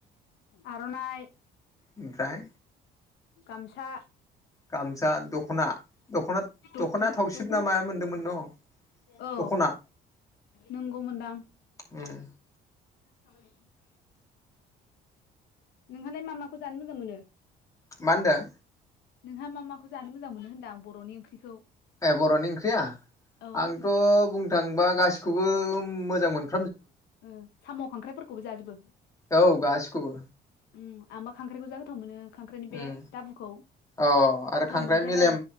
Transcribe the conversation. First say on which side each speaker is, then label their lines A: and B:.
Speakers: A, on the left; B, on the left.
A: आरनाइ
B: ओमफ्राय
A: गामसा
B: गामसा दखना दखना
A: दख
B: दखना थावसिब
A: दख'नाखौ
B: ना माया मोनदोंमोन न
A: औ
B: दखना
A: नंगौ मोनदां
B: उम।
A: <inaudible> नोंहालाय मा माखौ जानो मोजां मोनो?
B: मा होनदों?
A: नोंहा मा मा खौ जानो मोजां मोनो होनदां बरनि ओंख्रिखौ।
B: ए बरनि ओंख्रिया
A: औ ओ
B: आंथ बुंनो थांङोबा गासिखौबो। मोजां मोन
A: ओ साम खांख्राइ फोरखौबो जाजोबो?
B: औ गासिखौबो
A: उम आंबा खांख्राइखौ जा गोथाव मोनो। खांख्राइनि बे
B: उम
A: दाबुखौ
B: अ आरो
A: गोथाव
B: खांख्राइ
A: मोनथारो
B: मेलेम
A: आं